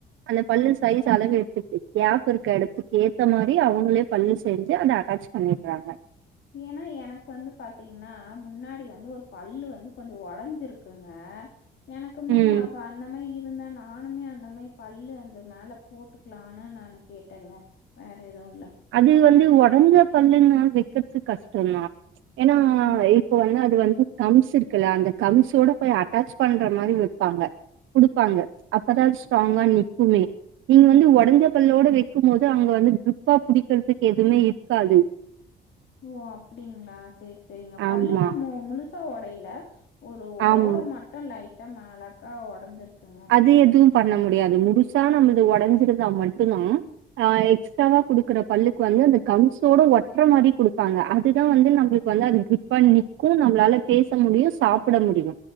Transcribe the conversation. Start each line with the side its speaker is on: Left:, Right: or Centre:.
Right: அந்த பல்லு சைஸ் அளவு எடுத்துகிட்டு கேப் இருக்குற இடத்துக்கு ஏத்த மாரி அவுங்களே பல் செஞ்சு அத அட்டச் பண்ணிடுறாங்க
Left: ஏன்னா எனக்கு வந்து பாத்தீங்கன்னா முன்னாடி வந்து ஒரு பல்லு வந்து கொஞ்சோ ஒடஞ்சிருக்கு க்குங்க எனக்குமே
Right: ம்
Left: அப்ப அந்த மாரி இருந்தா நானுமே அந்த மாரி பல்லு அந்த மேல போட்டுக்கலான்னு நானு கேட்டங்க வேற ஏதுவு இல்ல
Right: அது வந்து ஒடஞ்ச பல்லு ன் வைக்குறது கஷ்டந்தா ஏன்னா
Left: ம்
Right: இப்ப வந்து அது வந்து கம்ஸ் இருக்குல்ல அந்த கம்ஸோட போய் அட்டச் பண்ற மாரி வப்பாங்க குடுப்பாங்க அப்பதா அது ஸ்ட்ராங்கா நிக்குமே நீ வந்து ஒடஞ்ச பல்லோட வைக்கும்போது அங்க வந்து கிப்பா புடிக்கிறதுக்கு எதுவுமே இருக்காது
Left: ஓ அப்புடிங்களா செரி சேரிங்க பல்லு
Right: ஆமா
Left: இன்னு முழுசா ஒடையல ஒரு
Right: ஆம்
Left: ஓரம் மட்டு லைட்டா மேலாக்கா ஒடஞ்சிருக்குங்க
Right: அது எதுவு பண்ண முடியாது முழுசா நம்மள்து உடஞ்சிருந்தா மட்டுதா ஆ எக்ஸ்ட்ராவா குடுக்குற பல்லுக்கு வந்து அந்த கம்ஸோட ஒட்டுற மாரி குடுப்பாங்க அதுதா வந்து நம்மளுக்கு வந்து அது கிப்பா நிக்கு நம்மளால பேச முடியு சாப்பிட முடியு